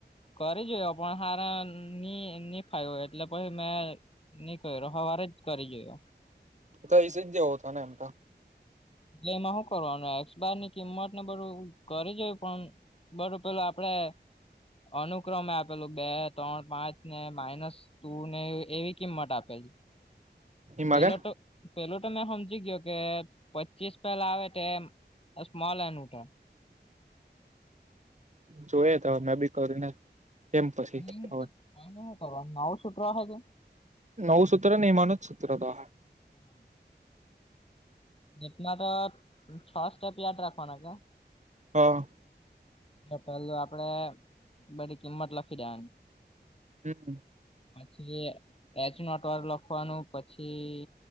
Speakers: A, on the left (about 30°); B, on the right (about 40°).
A: કરી જોયો પણ, હારા ની ની ફાયવુ એટલે પછી મેં.... ની કર્યો સવારે જ કરી જોયો.
B: તો એ <unintelligible> હતો તો
A: એટલે એમાં શું કરવાનું? એક્સપાયર ની કિંમત ને બધું કરી જોયુ પણ, બરો પેલું આપડે અનુક્રમે આપેલું બે ત્રણ પાંચ ને માઇનસ. તુંને એવી કિંમત આપે.
B: એમાં
A: પેલો
B: કે
A: તો પેલો તો મેં સમજી ગયો કે, પચીસ પેલા આવે તો સ્મોલ એન મુકવો.
B: જોય તો હવે મેં બી કરીને. કેમ પછી
A: આનું
B: હવે
A: શું કરવાનું નવું સુત્ર છે. <unintelligible>
B: નવું સૂત્ર નય. એમાનું જ સૂત્ર તો.
A: <inaudible> એેકમાં તો છ સ્ટેપ યાદ રાખવાના છે.
B: તો.
A: પેલું આપડે બધી કિંમત લખી દેવાની.
B: હમ્મ.
A: પછી એચનો ટર લખવાનું પછી.